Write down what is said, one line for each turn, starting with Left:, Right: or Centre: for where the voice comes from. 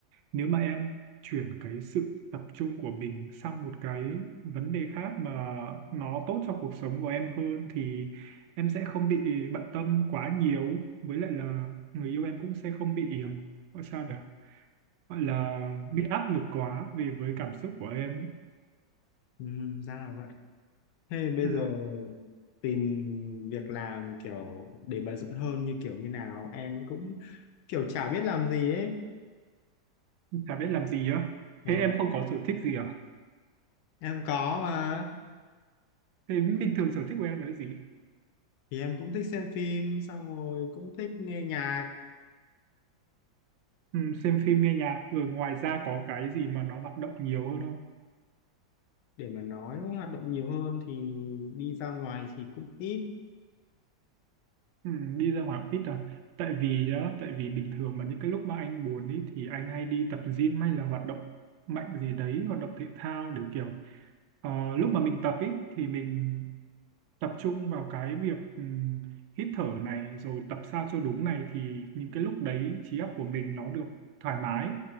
Right: nếu mà em chuyển cái sự tập trung của mình sang một cái vấn đề khác mà nó tốt cho cuộc sống của em hơn thì em sẽ không bị bận tâm quá nhiều với lại là người yêu em cũng sẽ không bị ừm, gọi sao nhỉ gọi là bị áp lực quá về với cảm xúc của em
Left: ừ, ra là vậy thế bây
Right: ừ,
Left: giờ tìm việc làm kiểu để bận rộn hơn như kiểu như nào em cũng kiểu chả biết làm gì ấy
Right: chả biết làm gì á
Left: ừ,
Right: thế em không có sở thích gì à
Left: em có mà
Right: thế bình thường sở thích của em là cái gì
Left: thì em cũng thích xem phim xong rồi cũng thích nghe nhạc
Right: Ừ, xem phim nghe nhạc rồi ngoài ra có cái gì mà nó hoạt động nhiều hơn không?
Left: để mà nói hoạt động nhiều hơn thì đi ra ngoài thì cũng ít
Right: Ừ, đi ra ngoài cũng ít à? Tại vì á, tại vì bình thường mà những cái lúc mà anh buồn ấy thì anh hay đi tập gym hay là hoạt động mạnh gì đấy, hoạt động thể thao để kiểu ờ, lúc mà mình tập ấy thì mình tập trung vào cái việc ừm, hít thở này rồi tập sao cho đúng này thì những cái lúc đấy trí óc của mình nó được thoải mái,